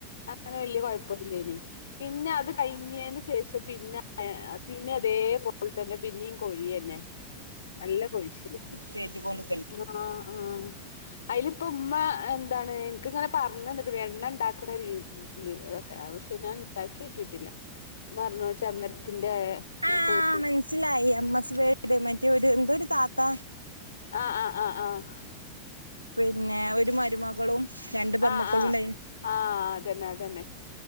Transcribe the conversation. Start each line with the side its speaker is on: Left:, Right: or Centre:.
Left: അങ്ങനെ വല്യ കുഴപ്പൊന്നില്ലായ്നി പിന്നെ അത് കഴിഞ്ഞതിന് ശേഷം പിന്നെ പിന്നെ അതേപോലെ തന്നെ പിന്നെയും കൊഴിയെന്നെ നല്ല കൊഴിച്ചില്
Right: തേച്ചു കോണ്ട്
Left: ആഹ് ആഹ് അയില് ഇപ്പം ഇമ്മ എന്താണ് എനക്ക് ഇങ്ങനെ പറഞ്ഞു തന്ന്ക്ക്ണ് എണ്ണ ഇണ്ടാക്ണ രീതി അതൊക്കെ പക്ഷെ ഞാൻണ്ടാക്കി നോക്കിയിട്ടില്ല ഇമ്മ പറഞ്ഞു ചെബരത്തിന്റെ
Right: ആഹ്
Left: പൂ-
Right: മനസ്സിലായി എം എസ് വേൾഡ് മറ്റേ ഒരു എന്തൊ ഒരു താത്ത
Left: ആഹ് ആഹ് ആഹ് ആഹ്
Right: പിന്നെ ഒരു മരുമകളും രണ്ട് പെൺമ്മക്കളും
Left: ആഹ് ആഹ്
Right: ഉണ്ടായിനെ
Left: ആഹ് അതന്നെ അതന്നെ